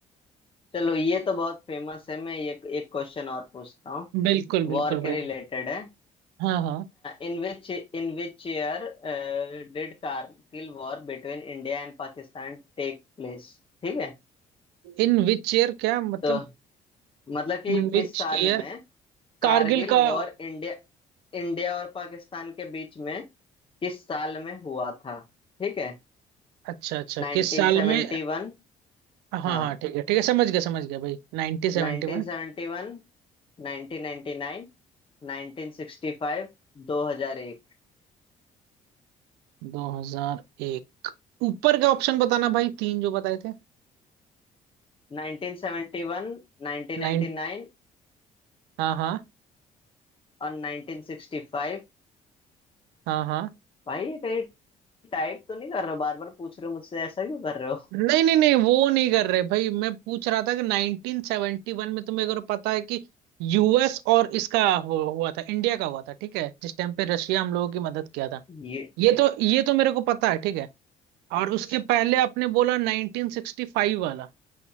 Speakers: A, on the left (about 30°); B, on the right (about 70°).
A: चलो ये तो बहुत फेमस है मैं ये एक क्वेश्चन और पूछता हूँ
B: बिल्कुल बिल्कुल
A: वॉर के
B: भाई
A: रिलेटेड है
B: हाँ हाँ
A: In which in which year did Kargil war between India and Pakistan take place ठीक है
B: इन विच ईयर क्या मतलब
A: तो मतलब कि
B: इन विच
A: किस साल
B: ईयर
A: में कारगिल
B: कारगिल का
A: वॉर इंडिया इंडिया और पाकिस्तान के बीच में किस साल में हुआ था ठीक है
B: अच्छा अच्छा
A: 1971
B: किस साल में हाँ हाँ
A: हाँ
B: ठीक है ठीक है समझ गया समझ गया भाई नाइनटीन सेवेंटी
A: 1971
B: वन
A: 1999 1965 2001
B: दो हजार एक ऊपर का ऑप्शन बताना भाई तीन जो बताए थे
A: 1971 1999
B: नाइन हाँ हाँ
A: और 1965
B: हाँ हाँ
A: भाई ये कहीं टाइप तो नहीं कर रहे हो बार बार पूछ रहे हो मुझसे ऐसा क्यों कर रहे हो
B: नहीं नहीं नहीं वो नहीं कर रहे भाई मैं पूछ रहा था कि 1971 में तुम्हें अगर पता है कि यूएस और इसका हो, हुआ था इंडिया का हुआ था ठीक है जिस टाइम पे रशिया हम लोगों की मदद किया था
A: ये
B: ये तो ये तो मेरे को पता है ठीक है
A: अच्छा
B: और उसके पहले आपने बोला 1965 वाला